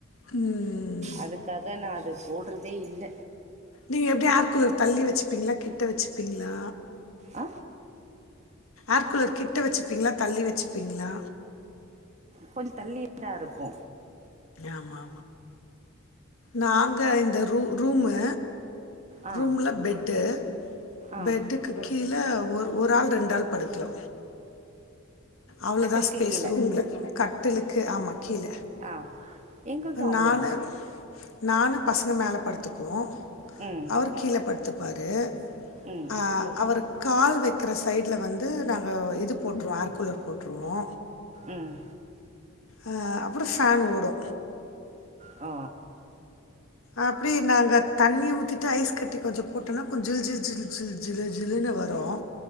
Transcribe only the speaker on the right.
அதுக்காக நா அது போடுறதே இல்ல
ஆ
கொஞ்சோ தள்ளிதா இருக்கு
ஆ,
ஆ.
கட்டிலுக்கு
கீழே
ஆ எங்களுதும் அவ்வளோதான்
ம்
ம்
ம்
ஆ